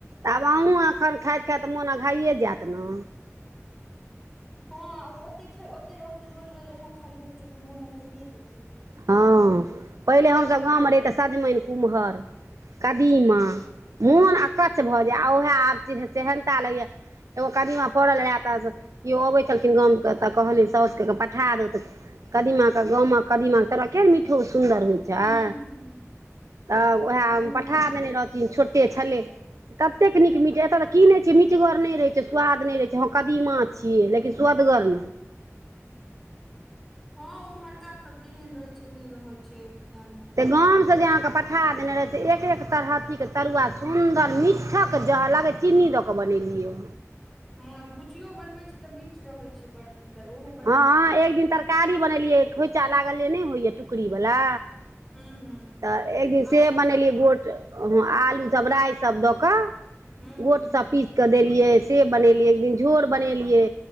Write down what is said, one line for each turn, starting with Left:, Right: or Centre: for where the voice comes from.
Right: तऽ आब अहूँ एखन खाइत खाइत मोन घइए जायत ने।
Centre: हँ ओ ओते रहतै रोज रोज ओएह खाय लए भेटतै तऽ मोन ने भइए जेतै
Right: हँ पहिले हमसभ गावमे रहहि तऽ सजमनि कुम्हर कदीमा मोन अकछै भऽ जाय उएह आब सेहनता लगैए एगो कदीमा पड़ल रहए तऽ केओ अबै छलखिन गाम के तऽ कहलिन सउचुके कऽ पठा द कदीमाके गाम मे कऽ कदीमााके तोरह किक मिठो सुन्दर होइ छै
Centre: हूँ हूँ
Right: तऽ उएह
Centre: हँ
Right: पठा देने रहथिन छोटे छलै। ततेक नीक मिठ एतय तऽ की नहि छियै मिटगर नहि रहैत छै स्वाद नहि रहैत छै हँ कदीमा छै छियै लेकिन सुवदगर ने
Centre: हँ उम्हरका सबन केहन रहे छै नहि रहे छै कि जान
Right: गाम से जे अहाँकेँ पठा देने रहय त एक एक तरहथीक के तरुआ सुंन्दर मीठक जह लग छै चीनी दऽ कऽ बनेलियै
Centre: ह भुजियो बनबैत छै तऽ मिठ रहैत छै बड़ सुन्दर ओहो बड़
Right: हँ
Centre: नीक लागै छै
Right: एक दिन
Centre: खाय
Right: तरकारी
Centre: मे
Right: बनेलियै खोइचा लागल जे नहि होइया टुकड़ी वाला
Centre: हूँ हूँ
Right: त एक दिन
Centre: आलू
Right: से बनेलियै
Centre: सब दऽ
Right: गोट
Centre: कऽ
Right: आलू सभ राइ सभ दऽ कऽ
Centre: हूँ
Right: गोट
Centre: हूँ
Right: सभ पीस के देलियै से बनेलियै एक दिन झोर बनेलियै